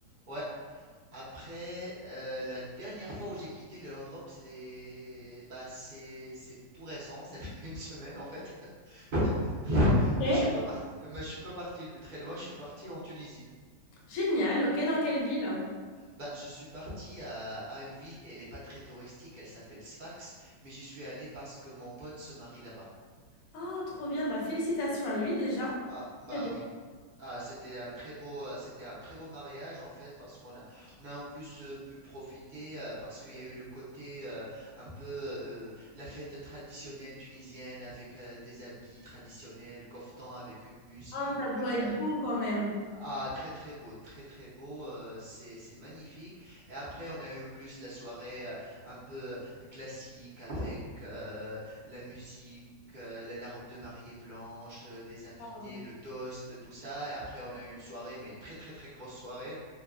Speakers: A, on the right; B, on the left.
A: Ouais. Après, euh, la dernière fois où j'ai quitté l'Europe, c'est, bah, c'est, c'est tout récent. Ça fait une semaine en fait. <laughs>
B: Ok.
A: Mais je suis pas parti, mais je suis pas parti de très loin. Je suis parti en Tunisie.
B: Génial, ok, dans quelle ville?
A: Bah, je suis parti à, à une ville, elle n'est pas très touristique, elle s'appelle Sfax, mais j'y suis allé parce que mon pote se marie là-bas.
B: Oh, trop bien, bah félicitations à lui déjà.
A: Ah, bah
B: Très bien.
A: oui. Ah, c'était un très beau, euh, c'était un très beau mariage en fait, parce qu'on a, on a en plus euh, pu profiter, euh, parce qu'il y a eu le côté euh, un peu euh, la fête traditionnelle tunisienne avec euh, des habits traditionnels, koftan avec une musique.
B: Ah, ça doit
A: euh,
B: être beau quand même.
A: Ah, très très beau, très très beau, euh, c'est c'est magnifique. Et après, on a eu plus la soirée euh, un peu classique avec euh, la musique, euh, la, la robe de mariée blanche, euh, les invités,
B: Waouh.
A: le toast, tout ça. Et après, on a eu une soirée, mais très très très grosse soirée.